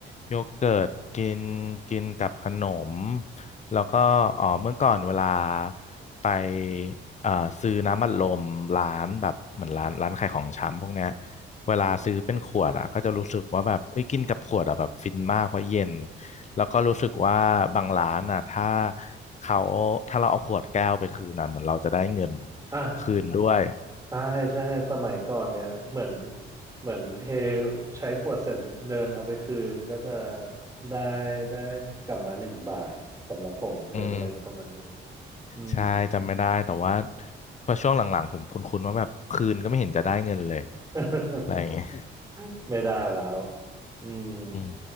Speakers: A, on the left; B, on the right.
A: โยเกิร์ตกินกินกับขนมแล้วก็อ๋อเมื่อก่อนเวลาไปเอ่อซื้อน้ำอัดลมร้านแบบเหมือนร้านร้านขายของชำพวกเนี้ยเวลาซื้อเป็นขวดอ่ะก็จะรู้สึกว่าแบบเอ้ยกินกับขวดอ่ะแบบฟินมากเพราะเย็นแล้วก็รู้สึกว่าบางร้านอ่ะถ้าเขาถ้าเราเอาขวดแก้วไปคืนอ่ะเหมือนเราจะได้เงิน
B: อ่ะ
A: คืนด้วย
B: ใช่ใช่สมัยก่อนเนี่ยเหมือนเหมือนเทใช้ขวดเสร็จเดินเอาไปคืนก็จะได้ได้กลับมาหนึ่งบาทสำหรับผมเหลืออะไรประมาณนี้
A: อืม
B: อืม
A: ใช่จำไม่ได้แต่ว่าพอช่วงหลังๆผมคุ้นๆว่าแบบคืนก็ไม่เห็นจะได้เงินเลย
B: <laughs>
A: อะไรอย่างเงี้ย
B: ไม่ได้แล้วอืม
A: อืม